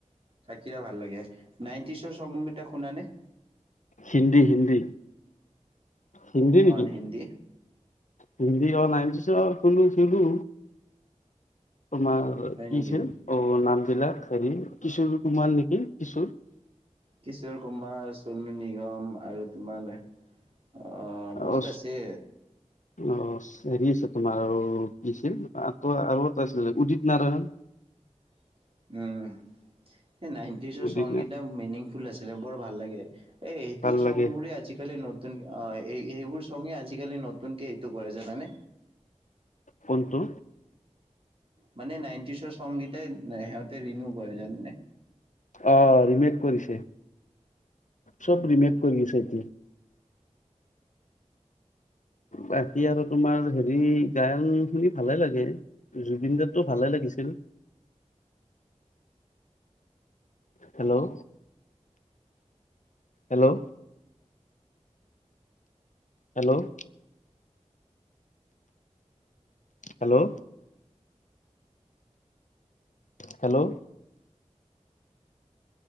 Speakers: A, on the right; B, on the left.
A: থাকিটা ভাল লাগে নাইনটিচৰকেইটা শুনানে
B: হিন্দী হিন্দী হিন্দী নেকি
A: অ হিন্দী
B: হিন্দী অ <unintelligible> শুৰু তোমাৰ
A: হয়
B: কিছে
A: নেকি
B: অ নাম <unintelligible> হেৰি কিশোৰ কুমাৰ নেকি কিশোৰ
A: কিশোৰ কুমাৰ চনু নিগম আৰু তোমাৰ অ বহুত
B: অ
A: আছে
B: অ হেৰি আছে তোমাৰ আৰু কি আছিল ত আৰু এটা আছিলে উদিত নাৰায়ণ
A: উম এই নাইনটিজৰ
B: উদিত
A: চঙকিটা
B: নাৰায়ণ
A: মিনিং ফুল আছিলে বৰ ভাল লাগে এ এইটো
B: ভাল
A: <unintelligible>
B: লাগে
A: আজিকালি নতু <unintelligible> ন আহ এই এইবোৰ চঙে আজিকালি নতুনকে এইটো কৰে জানানে
B: কোনটো
A: মানে নাইনটিছৰ চঙকেইটাই সিহঁতে ৰিণিউ কৰে জাননে
B: অ ৰিমেক কৰিছে চব ৰিমেক কৰি আছে এতিয়া বাকী আৰু তোমাৰ হেৰি গান শুনি ভালে লাগে জুবিন দাৰটো ভালে লাগিছিল hello hello hello hello hello